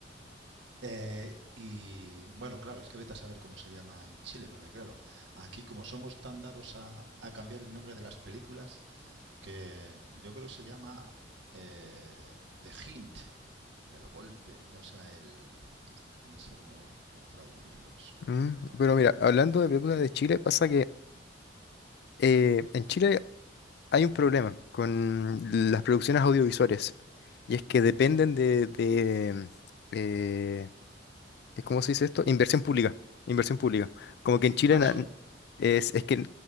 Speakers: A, on the right; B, on the left.
A: Eh, y bueno, claro, es que vete a saber cómo se llama en Chile, porque claro, aquí como somos tan dados a, a cambiar el nombre de las películas, que yo creo que se llama eh, The Hint, el golpe, o sea, el, el- no sé cómo, cómo traducirlo eso,
B: Mm,
A: pero bueno.
B: pero mira, hablando de películas de Chile, pasa que eh, en Chile hay un problema con las producciones audiovisuales. Y es que dependen de, de, eh, eh, ¿cómo se dice esto? Inversión pública. Inversión pública. Como que en Chile
A: Ah,
B: na-
A: solo.
B: es, es que